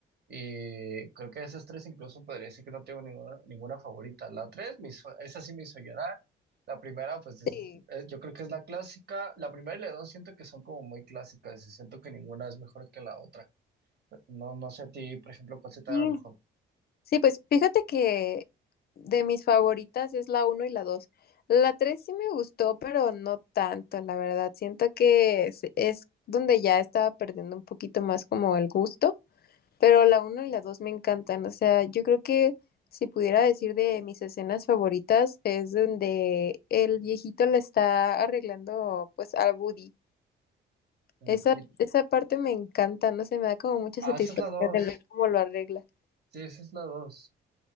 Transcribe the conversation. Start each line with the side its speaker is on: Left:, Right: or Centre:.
Right: Y creo que de esas tres incluso podría decir que no tengo ninguna, ninguna favorita. La tres, me hizo- esa sí me hizo llorar. La primera, pues es-
Left: Sí.
Right: es- yo creo que es la clásica. La primera y la dos siento que son como muy clásicas y siento que ninguna es mejor que la otra. No, no sé a ti, por ejemplo, cuál se te
Left: Sí,
Right: haga mejor.
Left: sí, pues fíjate que de mis favoritas es la uno y la 2. La 3 sí me gustó, pero no tanto, la verdad. Siento que es, es donde ya estaba perdiendo un poquito más como el gusto. Pero la uno y la 2 me encantan. O sea, yo creo que si pudiera decir de mis escenas favoritas es donde el viejito le está arreglando pues a Woody.
Right: El
Left: Esa,
Right: Vigil-
Left: esa parte me encanta, no sé, me da como mucha
Right: Ah,
Left: satisfacción
Right: esa es la dos.
Left: el ver cómo lo arregla.
Right: Sí, esa es la dos.